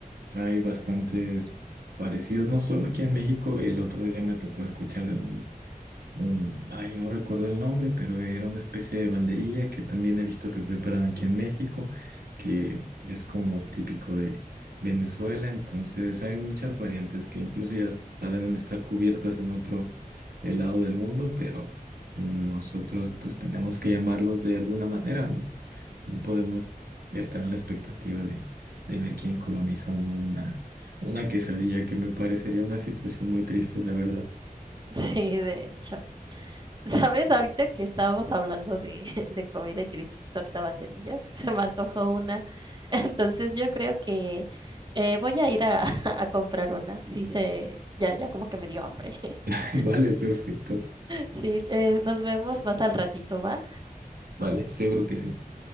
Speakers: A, on the right (about 85°); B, on the right (about 30°).
A: Hay bastantes parecidos, no solo aquí en México, el otro día me tocó escuchar de un, un- ay, no recuerdo el nombre, pero era una especie de banderilla que también he visto que preparan aquí en México, que es como típico de Venezuela, entonces hay muchas variantes que incluso ya hasta deben estar cubiertas en otro eh, lado del mundo, pero nosotros pues tenemos que llamarlos de alguna manera, ¿no? No podemos estar a la expectativa de, de ver quién coloniza o no una, una quesadilla, que me parecería una situación muy triste, la verdad.
B: Sí, de hecho. ¿Sabes? Ahorita que estábamos hablando de, <laughs> de comida y que dijiste ahorita banderillas, <laughs> se me antojó una. <laughs> Entonces yo creo que eh, voy a ir a, <laughs> a comprar una. Sí, se, ya, ya como que me dio hambre. <laughs>
A: <laughs> Vale, perfecto.
B: Sí, eh, nos vemos más al ratito, ¿va?
A: Vale, seguro que sí.